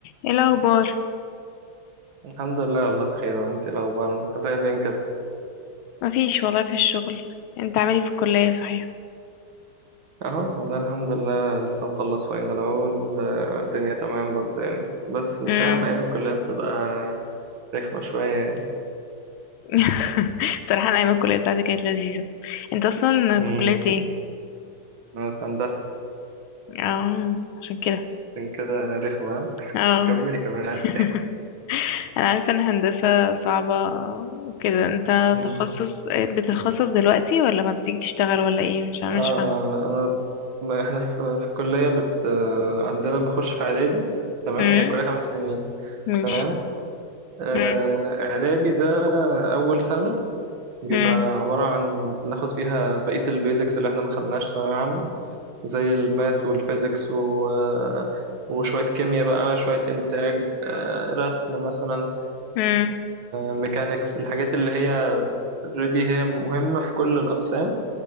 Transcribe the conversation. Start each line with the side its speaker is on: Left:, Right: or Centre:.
Left: ايه الاخبار
Right: الحمد لله والله بخير وانت ايه الاخبار مختفيه فين كده
Left: مفيش والله في الشغل انت عامل ايه في الكليه صحيح
Right: اهو والله الحمد لله لسه مخلص فاينل اهو الدنيا تمام برضه يعني بس انت
Left: امم
Right: فاهم ايام الكليه بتبقى رخمه شويه يعني
Left: <laughs> صراحه انا ايام الكليه بتاعتي كانت لذيذه انت اصلا
Right: امم
Left: في كليه ايه
Right: انا في هندسه
Left: اه عشان كده
Right: عشان كده رخمه
Left: اه
Right: كملي كملي عادي.
Left: <laughs> انا عارفه ان هندسه صعبه وكده انت
Right: امم
Left: تخصص بتتخصص دلوقتي ولا ما بتيجي تشتغل ولا ايه مش عارفه
Right: اه
Left: مش فاهمه
Right: اه لا انا ما احنا في, في الكليه بت آه، عندنا بنخش في اعدادي تمام
Left: امم
Right: هي كليه خمس سنين
Left: ماشي
Right: تمام آه،
Left: امم
Right: اعدادي ده اول سنه بيبقى
Left: امم
Right: عبارة عن بناخد فيها بقية البيزكس اللي احنا ما خدناش في ثانوية عامة زي الماث والفيزيكس و... آه، وشوية كيمياء بقى شوية إنتاج آه، رسم مثلا
Left: امم
Right: ميكانيكس الحاجات اللي هي اوريدي هي مهمة في كل الأقسام